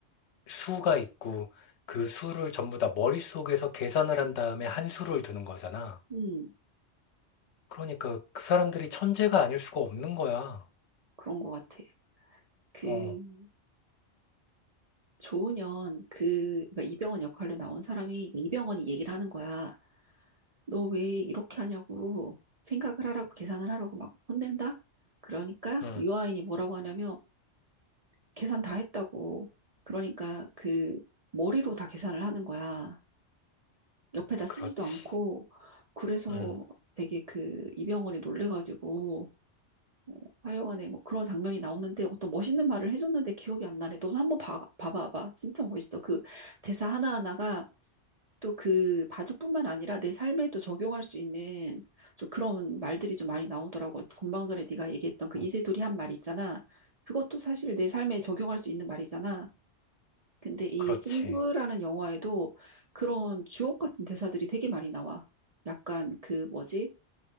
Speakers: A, on the left; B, on the right.
A: 수가 있고 그 수를 전부 다 머릿속에서 계산을 한 다음에 한 수를 두는 거잖아.
B: 음,
A: 그러니까 그 사람들이 천재가 아닐 수가 없는 거야.
B: 그런 것 같아. 그,
A: 어,
B: 조은현 그 그러니까 이병헌 역할로 나온 사람이 그 이병헌이 얘기를 하는 거야. 너 왜 이렇게 하냐고 생각을 하라고 계산을 하라고 막 혼낸다. 그러니까
A: 음,
B: 유아인이 뭐라고 하냐면 계산 다 했다고. 그러니까 그 머리로 다 계산을 하는 거야. 옆에다 쓰지도
A: 그렇지.
B: 않고 그래서
A: 음,
B: 되게 그 이병헌이 놀래가지고 어, 하여간에 뭐 그런 장면이 나오는데 어떤 멋있는 말을 해줬는데 기억이 안 나네. 너도 한번 봐, 봐봐봐. 진짜 멋있어. 그 대사 하나하나가 또 그 바둑뿐만 아니라 내 삶에도 적용할 수 있는 좀 그런 말들이 좀 많이 나오더라고. 본방 전에 네가 얘기했던 그
A: 어,
B: 이세돌이 한 말 있잖아. 그것도 사실 내 삶에 적용할 수 있는 말이잖아. 근데 이
A: 그렇지.
B: 승부라는 영화에도 그런 주옥 같은 대사들이 되게 많이 나와. 약간 그 뭐지?